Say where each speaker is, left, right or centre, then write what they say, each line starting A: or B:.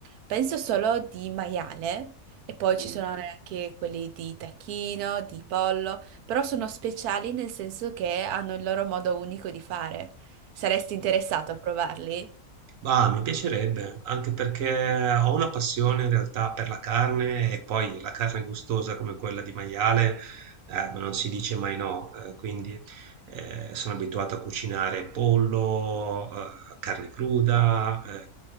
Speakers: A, on the right; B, on the right.
A: penso solo di maiale e poi
B: Mm.
A: ci sono Mm. anche quelli di tacchino, di pollo, però sono speciali nel senso che hanno il loro modo unico di fare. Saresti interessato a provarli?
B: Ma mi piacerebbe, anche perché ho una passione in realtà per la carne e poi la carne gustosa come quella di maiale, eh, ma non si dice mai no, eh, quindi Eh, sono abituato a cucinare pollo, eh, carne cruda, eh,